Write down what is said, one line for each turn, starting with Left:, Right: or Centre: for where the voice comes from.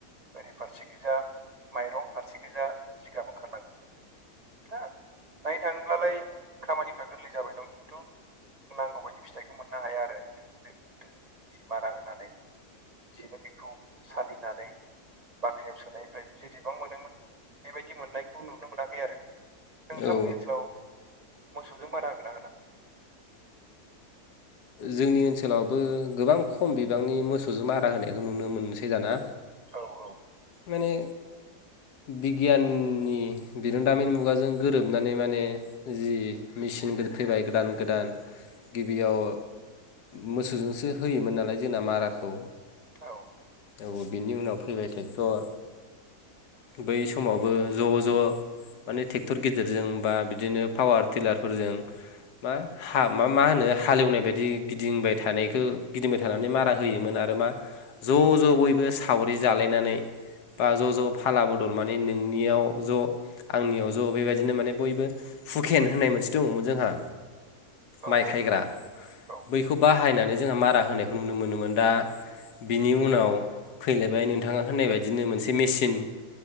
Right: ओरै फारसेखिजा माइरं फारसेखिजा जिगाब ओंखारलांङो। दा दायो थाङोब्लालाय खामानिफ्रा गोरलै जाबाय दं खिन्थु जों नांगौ बायदि फिथाइखौ मोननो हाया आरो जों जेरै गोदो बिदि मारा होनानै बिदिनो बेखौ सालिनानै बाख्रियाव सोनायनिफ्राय जेसेबां मोनोमोन बेबायदि मोननायखौ नुनो मोनाखै आरो नोंथांमोननि
Left: औ
Right: ओनसोलाव मोसौजों बारा होगोन ना होला
Left: जोंनि ओनसोलावबो गोबां खम बिबांनि मोसौजों मारा होनायखौ नुनो मोनसै दाना
Right: औ औ
Left: माने बिगियाननि बिरोंदामिन मुगाजों गोरोबनानै माने जि मेचिन फैबाय गोदान गोदान गिबियाव मोसौजोंसो होयोमोन नालाय जोंना माराखौ
Right: औ
Left: औ बिनि उनाव फैबाय ट्रेक्टर बै समावबो ज' ज' माने ट्रेक्टर गेजेरजों बा बिदिनो पावार टिलारफोरजों मा हा मा होनो हालेवनाय बायदि बिदि गिदिंबाय थानायखौ गिदिंबाय थानानै मारा होयोमोन आरो मा ज' ज' बयबो सावरि जालायनानै बा ज' ज' फाला बदल माने नोंनियाव ज' आंनियाव ज' बेबायदिनो माने बयबो हुखेन होननाय मोनसे दङमोन जोंहा।
Right: औ
Left: माइ
Right: नोंथां
Left: खायग्रा‌।
Right: औ
Left: बैखौ बाहायनानै जोंहा मारा होनायखौ नुनो मोनोमोन दा बिनि उनाव फैलायबाय नोंथाङा होननाय बायदिनो मोनसे मेचिन।